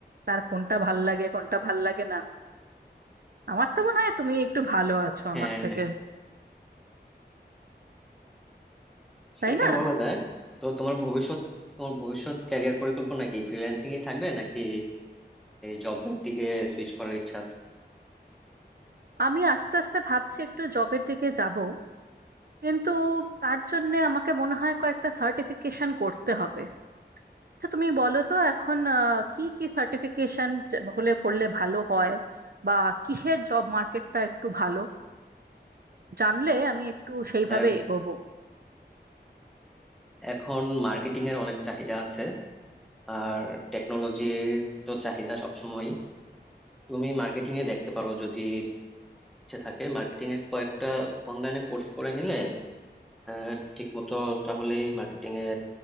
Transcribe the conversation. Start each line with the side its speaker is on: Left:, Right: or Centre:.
Right: তার কোনটা ভাল লাগে কোনটা ভাল লাগে না আমার তো মনে হয় তুমি একটু ভালো আছো
Centre: হ্যাঁ
Right: আমার থেকে
Centre: হ্যাঁ
Right: তাই
Centre: সেটা
Right: না
Centre: বলা যায় তো তোমার ভবিষ্যৎ তোমার ভবিষ্যৎ ক্যারিয়ার পরিকল্পনা কি ফ্রিল্যান্সিং এ থাকবে নাকি জবের দিকে সুইচ করার ইচ্ছা আছে
Right: আমি আস্তে আস্তে ভাবছি একটু জবের দিকে যাব কিন্তু তার জন্য আমাকে মনে হয় কয়েকটা সার্টিফিকেশন করতে হবে আচ্ছা তুমি বলো তো এখন আহ, কি কি সার্টিফিকেশন হলে করলে ভালো হয় বা কিসের জব মার্কেটটা একটু ভালো জানলে আমি একটু সেইভাবে
Centre: এ-
Right: এগোবো
Centre: এখন মার্কেটিং এর অনেক চাহিদা আছে আর টেকনোলজির তো চাহিদা সবসময়ই তুমি মার্কেটিং এ দেখতে পারো যদি ইচ্ছে থাকে মার্কেটিং এর কয়েকটা অনলাইনে কোর্স করে নিলে আহ, ঠিক মতো তাহলেই মার্কেটিং এ